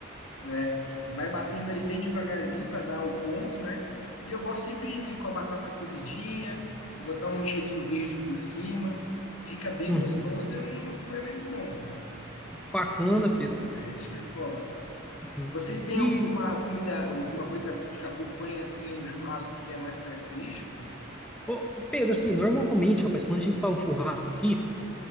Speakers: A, on the left (about 80°); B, in the centre.
A: né? E vai batendo ali bem devagarzinho para dar o ponto, né? E eu gosto sempre com a batata cozidinha, vou botar um cheirinho verde por cima. Fica bem
B: Uhum.
A: gostoso e um acompanhamento bom, cara.
B: Bacana, Pedro.
A: É, show de bola.
B: Uhum.
A: Vocês têm
B: E,
A: alguma comida, alguma coisa que acompanha assim o churrasco que é mais característico?
B: ô, ô, Pedro, assim, normalmente, rapaz, quando a gente faz um churrasco aqui,